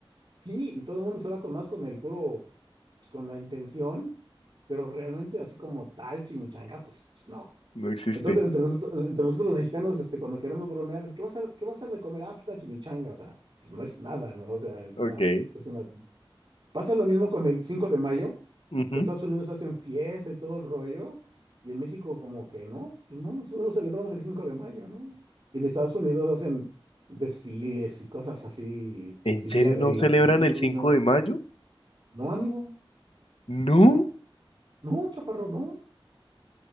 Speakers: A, on the right; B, on the left.
A: sí, y todo el mundo se va con más con el puro, pues, con la intención, pero realmente así como tal chimichanga, pues, pues no.
B: No existe.
A: Entonces entre nosotros, entre nosotros los mexicanos, este, cuando queremos bromear, es, ¿qué va a ser, qué va a ser de comer? Ah, pues una chimichanga, o sea, pues no es nada, ¿no? O sea, es
B: Ok.
A: una, es una... Pasa lo mismo con el cinco de mayo
B: ujú.
A: que Estados Unidos hacen fiesta y todo el rollo, y en México como que no, pues no, nosotros no celebramos el cinco de mayo, ¿no? Y en Estados Unidos hacen desfiles y cosas así,
B: ¿En
A: y
B: serio
A: Día del
B: no celebran
A: Latino,
B: el 5
A: y
B: de
A: ¿no?
B: mayo?
A: No, amigo,
B: No,
A: no, no, chaparro, no.